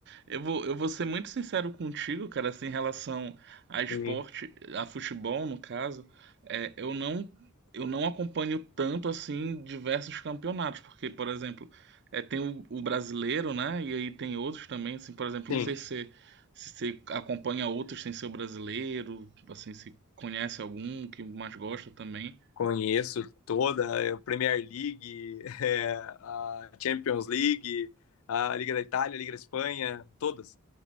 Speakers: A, on the right; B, on the left.
A: Eu vou, eu vou ser muito sincero contigo, cara, assim, em relação a esporte,
B: Sim,
A: a futebol, no caso, é, eu não, eu não acompanho tanto, assim, diversos campeonatos, porque, por exemplo, é, tem o, o brasileiro, né, e aí tem outros também, assim, por exemplo,
B: sim.
A: não sei se se você acompanha outros sem ser o brasileiro, assim, se conhece algum que mais gosta também.
B: Conheço toda a Premier League, <laughs> é, a Champions League, a Liga da Itália, a Liga da Espanha, todas.